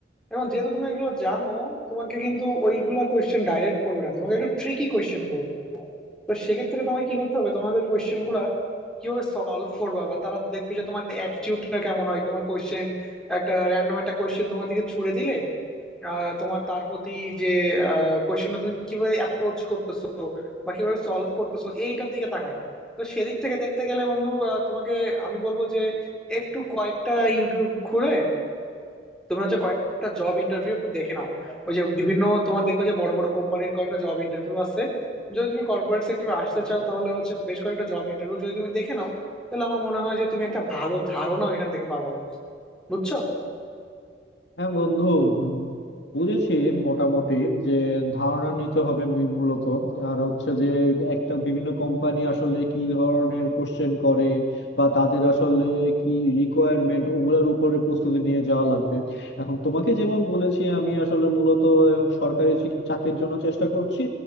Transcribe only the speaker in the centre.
এবং যেহেতু তুমি এগুলো জানো তোমাকে কিন্তু ওইগুলো কোশ্চেন ডাইরেক্ট করবে না তোমাকে একটু ট্রিকি কোশ্চেন করবে তো সেক্ষেত্রে তোমাকে কি করতে হবে তোমাকে ওই কোয়েশ্চেন গুলা কিভাবে সলভ করবা বা তারা তো দেখবে যে তোমার অ্যাটিটিউডটা কেমন হয় তোমার কোয়েশ্চেন একটা র্যান্ডম একটা কোয়েশ্চেন তোমার দিকে ছুড়ে দিলে আহ, তোমার তার প্রতি যে কোয়েশ্চেনটা তুমি কিভাবে অ্যাপ্রোচ করতেছো বা কিভাবে সলভ করতেছো এইটার দিকে তাকায় তো সেদিক থেকে দেখতে গেলে বন্ধু আহ, তোমাকে আমি বলবো যে একটু কয়েকটা ইউটিউব খুলে তুমি হচ্ছে কয়েকটা জব ইন্টারভিউ একটু দেখে নাও ওই যে বিভিন্ন তোমার দেখবে যে বড় বড় কোম্পানির কয়েকটা জব ইন্টারভিউ আছে যদি তুমি কর্পোরেট সেক্টর আসতে চাও তাহলে হচ্ছে বেশ কয়েকটা জব ইন্টারভিউ যদি তুমি দেখে নাও তাহলে আমার মনে হয় যে তুমি একটা ভালো ধারণা ওইখান থেকে পাবা বন্ধু বুঝছো